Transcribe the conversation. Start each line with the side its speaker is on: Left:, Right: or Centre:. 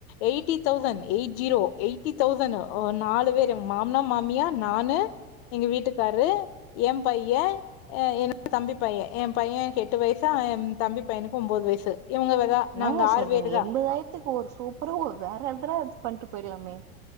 Left: eighty thousand eight zero eighty thousand அ நாலு பேரு மாம்னா மாமியா நானு எங்க வீட்டுக்காரு எம் பையன் ஏ என்னோட் தம்பி பையன் என் பையன்க்கு எட்டு வயசு என் தம்பி பையனுக்கு ஒம்போது வயசு இவங்கதா
Right: னாங்க
Left: நாங்க
Right: சொல்றீங்க
Left: ஆறு பேருதா
Right: எண்பதாயிரத்துக்கு ஒரு சூப்ரு ஒர் வேற எட்த்ல பண்ட்டு போயிட்லாமே